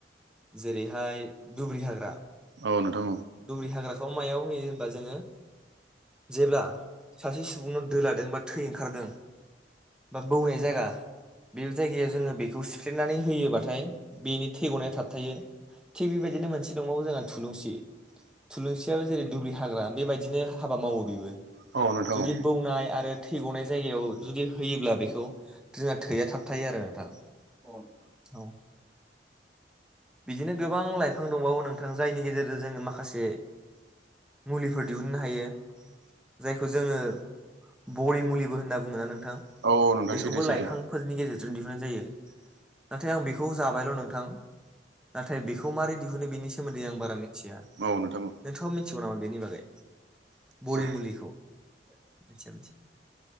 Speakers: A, in the centre; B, on the right (about 80°).
A: जेरैहाय दुब्रि हाग्रा,
B: औ नोंथां
A: दुब्रि हाग्राखौ मायाव होयो होनबा? जोङो जेब्ला सासे सुबुंनाव दोलादो जेनिबा थै ओंखारदों, बौवनाय जायगा। बे जायगायाव जों बेखौ सिफ्लेनानै होब्लाथाय बिनि थै गनाया थाबथायो। थिग बि बादिनो मोनसे दंबावो थुलुनसि थुलुनसियोबो जेरै हाग्रा, बिबादिनो मावो बेबो,
B: औ नोंथां
A: जुदि
B: औ
A: बौनाय आरो थै गनाय जायगायाव जुदि होयोब्ला बेखौ, जोंना थैया थाब थायो आरो नोंथां औ। बिदिनो गोबां लाइफां दंबावो नोंथां, जायनि गेजेरजों जोङो माखासे मुलिफोर दिहुननो हायो। जायखौ जोङो बरि मुलिबो होनना बुंङोना नोंथां
B: औ नोंथां
A: बेखौबो
B: सैथो सैथो
A: लाइफांफोरनि गेजेरजों दिहुनन्नाय जायो नाथाय आं बेखौ जाबायल' नोंथां। नाथाय बेखौ मारै दिहुनो बेनि सोमोन्दै आं बारा मिथिया
B: औ
A: नोंथांङा
B: नोंथां
A: मिथिगौ नामा बेनि बागै?
B: औ
A: बरि मुलिखौ मिथिया मिथिया।